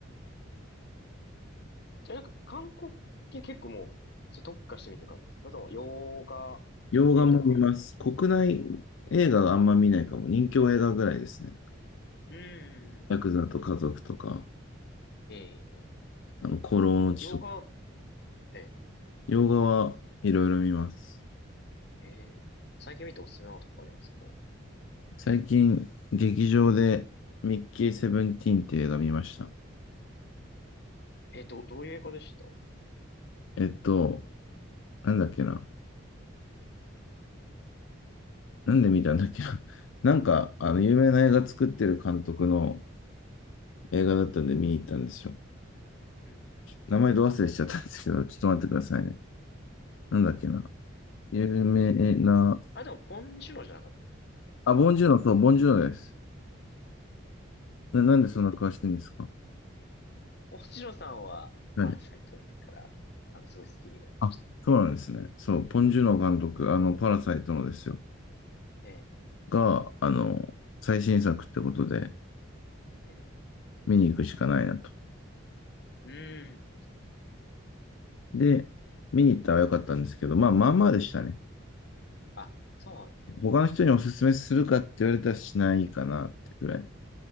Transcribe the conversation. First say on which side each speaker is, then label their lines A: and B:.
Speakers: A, on the left; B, on the left.
A: じゃあなんか韓国系結構もう、それ特化してみてる感じですかそれとも洋画系とか。
B: 洋画も見ます。国内映画があんま見ないかも。人気映画ぐらいですね。
A: うーん。うんうんうん
B: ヤクザと家族とか、
A: ええ。
B: あの、孤狼の血とか。
A: 洋画、ええ。
B: 洋画はいろいろ見ます。
A: ええ。最近見ておすすめなのとかありますか
B: 最近、劇場でミッキーセブンティーンっていう映画見ました。
A: え、ど、どういう映画でした
B: えっと、なんだっけな。なんで見たんだっけな。<laughs> なんか、あの、有名な映画作ってる監督の映画だったんで見に行ったんですよ。
A: うんうんうんうん
B: 名前ど忘れしちゃったんですけど、ちょっと待ってくださいね。なんだっけな。有名な、
A: あ、でも、ポンジュノじゃなかった。
B: あ、ボンジューノ、そう、ボンジューノです。な、なんでそんな詳しいんですか
A: ポンジュノさんは、
B: はい。
A: パラサイト見てから、あの、すごい好きになりました
B: あ、そうなんですね。そう、ボンジューノ監督、あの、パラサイトのですよ。
A: ね。
B: が、あの、最新作ってことで、
A: ええ、ええ。
B: 見に行くしかないなと。
A: うん。
B: で、見に行ったらよかったんですけど、まあ、まあまあでしたね。
A: あ、そうなんですね。
B: 他の人におすすめするかって言われたらしないかなってくらい。